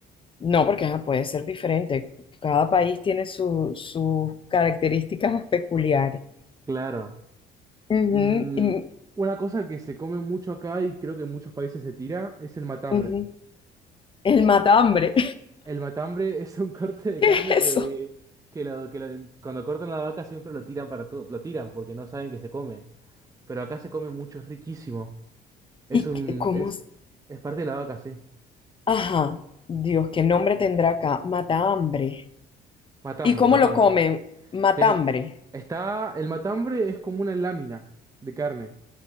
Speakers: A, on the left; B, on the right.
A: No, porque ajá, puede ser diferente. Cada país tiene su- sus características peculiares.
B: Claro.
A: Ujú,
B: Mm,
A: y-
B: una cosa que se come mucho acá y creo que en muchos países se tira es el matambre.
A: ujú. El matambre.
B: El matambre es un <laughs> corte
A: <laughs>
B: de
A: ¿Qué
B: carne
A: es eso?
B: que, que, lo- que lo- cuando cortan la vaca siempre lo tiran para todo, lo tiran porque no saben que se come. Pero acá se come mucho, es riquísimo. Es
A: ¿Y
B: un,
A: qué- cómo?
B: es,
A: es?
B: es parte de la vaca, sí.
A: Ajá. Dios, ¿qué nombre tendrá acá? Matambre.
B: Matambre,
A: ¿Y cómo
B: matambre.
A: lo comen? Matambre.
B: Te- está, el matambre es como una lámina de carne,